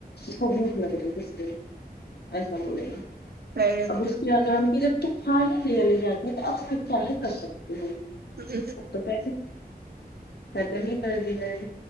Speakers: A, on the left; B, on the right.
A: تو بوکھ لگ گے کس ایسا بولے گا
B: ہے ارے
A: اب <unintelligible>
B: جی
A: تو پیسے تو نہیں کر د گاے